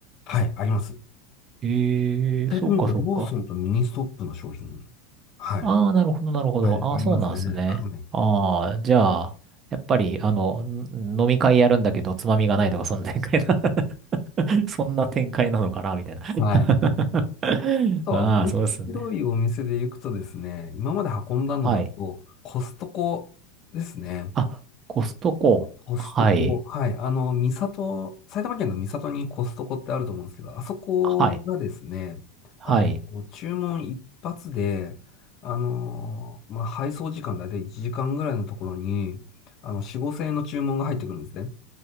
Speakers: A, on the left (about 45°); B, on the right (about 35°).
A: はい、あります。
B: ええ、
A: 具体的に言うと、
B: そうか、そうか。
A: ローソンとミニストップの商品。はい。
B: ああ、なるほど、なるほど。
A: はい、ありますね。
B: ああ、そうなんですね。
A: はい。
B: ああ、じゃあ、やっぱり、あの、ん飲み会やるんだけど、つまみがないとか、そんな展開な <laughs> そんな展開なのかな、みたいな。
A: はい。あ
B: <laughs>
A: とは、
B: ああ、
A: 面白いお店で行くとですね、
B: そうですね。
A: 今まで運んだのだと、
B: はい。
A: コストコですね。
B: あ、コストコ。
A: コストコ。
B: はい。
A: はい。あの、三郷、埼玉県の三郷にコストコってあると思うんですけど、あそこがですね、
B: はい。はい。
A: あの、注文一発で、あの、まあ、配送時間だいたい1時間ぐらいのところに、あの、4、5千円の注文が入ってくるんですね。